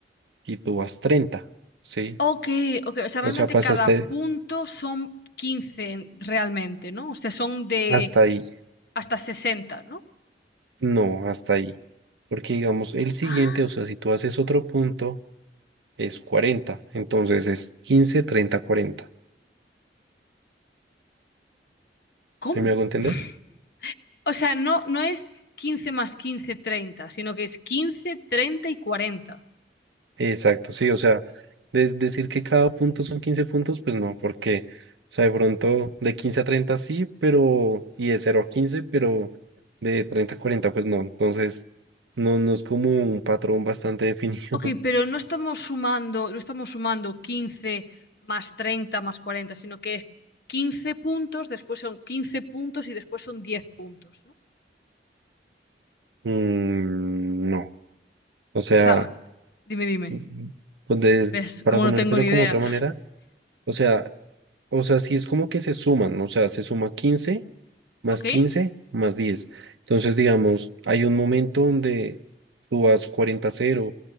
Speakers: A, on the right; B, on the left.
A: y tú vas 30. ¿sí?
B: Ok, ok. O sea, realmente
A: O sea, pasaste
B: cada punto son 15, realmente, ¿no? O sea, son de
A: hasta ahí.
B: hasta 60, ¿no?
A: No, hasta ahí. Porque digamos, el siguiente,
B: Ah,
A: o sea, si tú haces otro punto, es 40. Entonces es 15, 30, 40.
B: ¿cómo?
A: ¿Se me hago entender?
B: <laughs> O sea, no, no es 15 más 15 30, sino que es 15 30 y 40.
A: Exacto, sí, o sea, de- decir que cada punto son 15 puntos, pues no, porque, o sea, de pronto de 15 a 30 sí, pero, y de cero a 15, pero de 30 a 40, pues no, entonces, no, no es como un patrón bastante definido.
B: Ok,
A: <laughs>
B: pero no estamos sumando, no estamos sumando 15 más 30 más 40, sino que es 15 puntos, después son 15 puntos y después son 10 puntos, ¿no?
A: Mm, no, o sea,
B: O sea, dime, dime.
A: mm, pues des-
B: ¿Ves?
A: para
B: Como
A: ponértelo
B: no tengo ni
A: como
B: idea.
A: otra manera, o sea, o sea, sí es como que se suman, ¿no? o sea, se suma quince más
B: ¿Ok?
A: 15 más diez Entonces, digamos, hay un momento donde tú vas 40 cero